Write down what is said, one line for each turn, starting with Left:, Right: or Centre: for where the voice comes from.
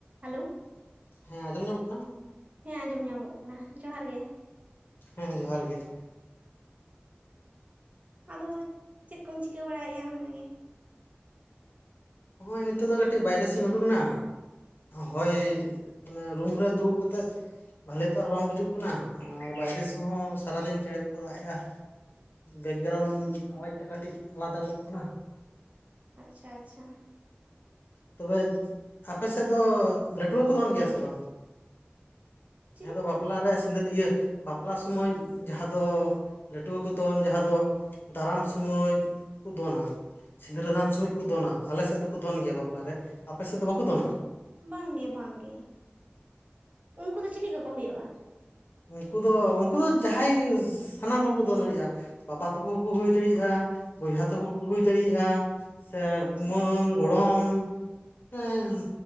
Right: Hello.
Left: ᱦᱮᱸ ᱟᱸᱡᱚᱢ ᱧᱟᱢᱚᱜ ᱠᱟᱱᱟ?
Right: ᱦᱮᱸ ᱟᱸᱡᱚᱢ ᱧᱟᱢᱚᱜ ᱠᱟᱱᱟ, ᱡᱚᱦᱟᱨ ᱜᱮ ᱾
Left: ᱦᱮᱸ ᱡᱚᱦᱟᱨ ᱜᱮ ᱾
Right: ᱟᱫᱚ ᱪᱮᱫ ᱠᱚᱢ ᱪᱤᱠᱟᱹ ᱵᱟᱲᱟᱭᱮᱫ-ᱟ ᱚᱱᱟ ᱜᱮ?
Left: ᱱᱚᱜ-ᱚᱭ ᱱᱤᱛᱚᱜ ᱫᱚ ᱠᱟᱹᱴᱤᱡ ᱵᱟᱭᱨᱮ ᱥᱮᱫ ᱤᱧ ᱩᱰᱩᱠᱱᱟ ᱦᱚᱭ
Right: ᱟᱪᱪᱷᱟ
Left: ᱢᱟᱱᱮ ᱨᱩᱢ ᱨᱮ ᱫᱩᱲᱩᱵ ᱠᱟᱛᱮᱜ ᱵᱷᱟᱞᱤ ᱛᱚ ᱟᱨ ᱵᱟᱝ ᱵᱩᱡᱩᱜ ᱠᱟᱱᱟ ᱟᱨ ᱵᱟᱭᱨᱮ ᱥᱮᱜ ᱦᱚᱸ ᱥᱟᱨᱟᱫᱤᱱ ᱪᱮᱬᱮ ᱠᱚᱠᱚ ᱨᱟᱜ ᱮᱜ-ᱟ ᱾ ᱵᱮᱠᱜᱨᱟᱣᱩᱱᱰ
Right: ᱟᱪᱪᱷᱟ ᱟᱪᱪᱷᱟ
Left: ᱟᱣᱟᱡᱽ ᱴᱟᱜ ᱠᱟᱹᱴᱤᱡ ᱟᱞᱟᱫᱟ ᱜᱚᱜ ᱠᱟᱱᱟ ᱾
Right: ᱟᱪᱪᱷᱟ ᱟᱪᱪᱷᱟ ᱾
Left: ᱛᱚᱵᱮ ᱟᱯᱮ ᱥᱮᱫ ᱫᱚ ᱞᱟᱹᱴᱣᱟᱹ ᱠᱩ ᱫᱚᱱ ᱜᱮᱭᱟ ᱥᱮ ᱵᱟᱝ?
Right: ᱪᱤᱞᱤ
Left: ᱡᱟᱦᱟᱸ ᱫᱚ ᱵᱟᱯᱞᱟ ᱨᱮ ᱥᱤᱸᱫᱟᱹᱨ ᱤᱭᱟᱹ ᱵᱟᱯᱞᱟ ᱥᱚᱢᱚᱭ ᱡᱟᱦᱟᱸ ᱫᱚ ᱞᱟᱹᱴᱩᱣᱟᱹ ᱠᱚ ᱫᱚᱱ, ᱡᱟᱦᱟᱸ ᱫᱚ ᱫᱟᱨᱟᱢ ᱥᱚᱢᱚᱭ ᱠᱚ ᱫᱚᱱᱟ ᱾ ᱥᱤᱸᱫᱨᱟᱹᱫᱟᱱ ᱥᱚᱢᱚᱡ ᱠᱚ ᱫᱚᱱᱟ ᱟᱞᱮ ᱥᱮᱫ ᱫᱚᱠᱚ ᱫᱚᱱ ᱜᱮᱭᱟ ᱵᱟᱯᱞᱟ ᱨᱮ ᱾ ᱟᱯᱮ ᱥᱮᱫ ᱫᱚ ᱵᱟᱠᱚ ᱫᱚᱱᱟ?
Right: ᱵᱟᱝᱜᱮ ᱵᱟᱝᱜᱮ, ᱩᱱᱠᱩ ᱫᱚ ᱪᱤᱞᱤ ᱠᱚᱠᱚ ᱦᱩᱭᱩᱜ-ᱟ?
Left: ᱩᱱᱠᱩ ᱫᱚ ᱩᱱᱠᱩ ᱫᱚ ᱡᱟᱦᱟᱸᱭ ᱥᱟᱱᱟᱢ ᱦᱚᱲ ᱠᱚ ᱫᱚᱱ ᱫᱟᱲᱤᱭᱟᱜ-ᱟ ᱾ ᱵᱟᱵᱟ ᱛᱟᱠᱩ ᱦᱚᱸᱠᱩ ᱦᱩᱭ ᱫᱟᱲᱤᱭᱟᱜ-ᱟ ᱵᱚᱭᱦᱟ ᱛᱟᱠᱩ ᱦᱚᱸᱠᱩ ᱦᱩᱭ ᱫᱟᱲᱤᱭᱟᱜ-ᱟ, ᱥᱮ
Right: ᱟᱪᱪᱷᱟ
Left: ᱠᱩᱢᱟᱹᱝ ᱜᱚᱲᱚᱢ, ᱮᱸᱜ